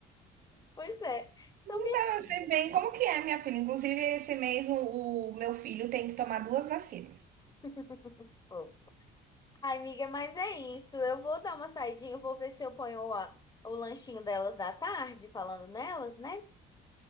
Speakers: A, on the left; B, on the right.
A: Pois é, são
B: Então,
A: minhas
B: eu
A: filhas.
B: sei bem como que é, minha filha. Inclusive, esse mês o, o meu filho tem que tomar duas vacinas.
A: <laughs> Fofas. Ai, amiga, mas é isso. Eu vou dar uma saidinha, eu vou ver se eu ponho a- o lanchinho delas da tarde, falando nelas, né?